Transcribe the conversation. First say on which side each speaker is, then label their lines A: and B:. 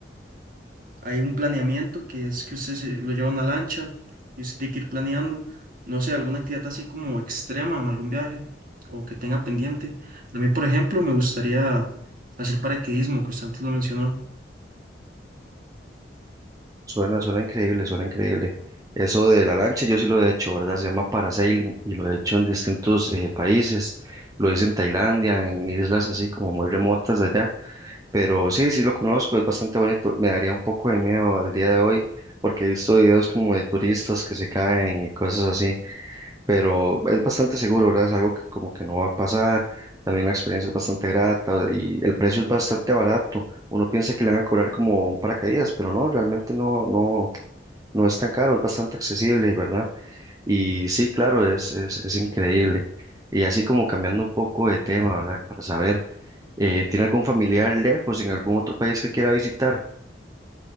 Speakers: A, on the right (about 50°); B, on the right (about 20°).
A: Hay un planeamiento que es que usted se- lo lleva a una lancha y usted tiene que ir planeando, no sé, alguna actividad así como extrema en algún viaje o que tenga pendiente. A mí, por ejemplo, me gustaría hacer paracaidismo, que usted antes lo mencionó.
B: suena, suena increíble, suena increíble. Eso de la lancha yo sí lo he hecho, ¿verdad? Se llama parasailing y lo he hecho en distintos eh, países, lo hice en Tailandia, en islas así como muy remotas de allá, pero sí, sí lo conozco, es bastante bonito, me daría un poco de miedo al día de hoy porque he visto videos como de turistas que se caen y cosas así, pero es bastante seguro, ¿verdad? Es algo que como que no va a pasar, también la experiencia es bastante grata y el precio es bastante barato. Uno piensa que le van a cobrar como un paracaídas, pero no, realmente no, no, no es tan caro, es bastante accesible, ¿verdad? Y sí, claro, es, es, es increíble. Y así como cambiando un poco de tema, ¿verdad? Para saber, eh, ¿tiene algún familiar lejos en algún otro país que quiera visitar?